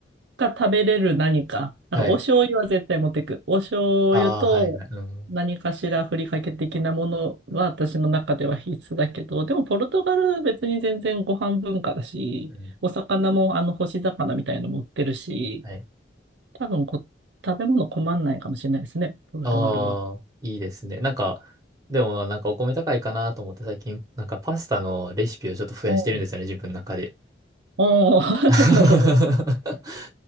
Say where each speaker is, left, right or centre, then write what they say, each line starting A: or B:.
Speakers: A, on the right (about 70°); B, on the right (about 20°).
A: が食べれる何か。なんかお醤油は絶対持ってく。
B: はい。
A: お醤油と何かしらふりかけ的なものは私の中では必須だけど、
B: ああ、はいはい。うん。
A: でもポルトガル別に全然ご飯文化だし、
B: うん。
A: お魚もあの干し魚みたいの持ってるし、
B: はい。
A: 多分こ、食べ物困んないかもしれないですね、ポルトガルは。
B: ああ、いいですね。なんか、でもまあなんかお米高いかなと思って最近、なんかパスタのレシピをちょっと増やしてるんですよね、
A: おう
B: 自分の中で。
A: おう
B: <laughs>
A: <laughs> なるほど。